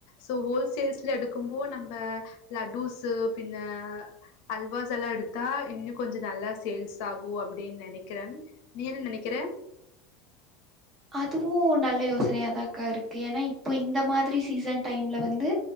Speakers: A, on the left (about 50°); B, on the right (about 15°).
A: சோ ஹோல்சேல்ஸ்ல எடுக்கும்போ நம்ப லட்டூஸ்ஸு பின்ன அல்வாஸ் எல்லா எடுத்தா இன்னு கொஞ்சோ நல்லா சேல்ஸ் ஆகு அப்டின்னு நனைக்கிற நீ என்ன நனைக்கிற
B: அதுவு நல்ல யோசனையாதான்க்கா இருக்கு ஏனா இப்போ இந்த மாதிரி சீசன் டைம்ல வந்து